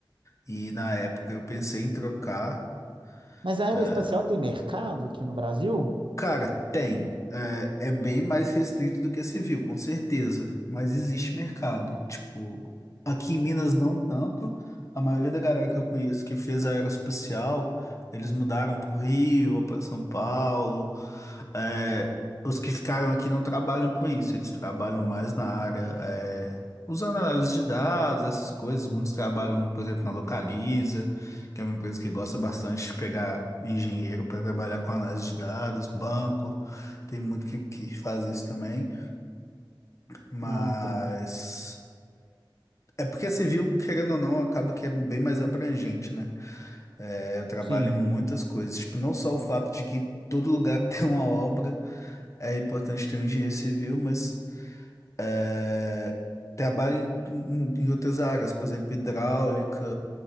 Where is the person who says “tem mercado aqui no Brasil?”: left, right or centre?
Right